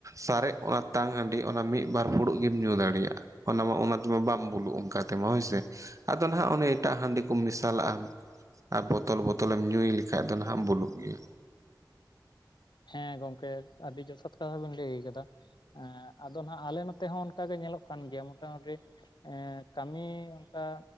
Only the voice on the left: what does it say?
ᱦᱮᱸ ᱜᱚᱝᱠᱮ ᱟᱹᱰᱤ ᱡᱚᱛᱷᱟᱛ ᱠᱟᱛᱷᱟ ᱵᱮᱱ ᱞᱟᱹᱭ ᱠᱟᱫᱟ᱾ ᱮ ᱟᱫᱚ ᱱᱟᱜ ᱟᱞᱮ ᱱᱚᱛᱮ ᱦᱚᱸ ᱚᱱᱠᱟ ᱜᱮ ᱧᱮᱞᱚᱜ ᱠᱟᱱ ᱜᱮᱭᱟ ᱢᱚᱴᱟᱢᱩᱴᱤ, ᱮᱸ ᱠᱟᱹᱢᱤ ᱚᱱᱠᱟ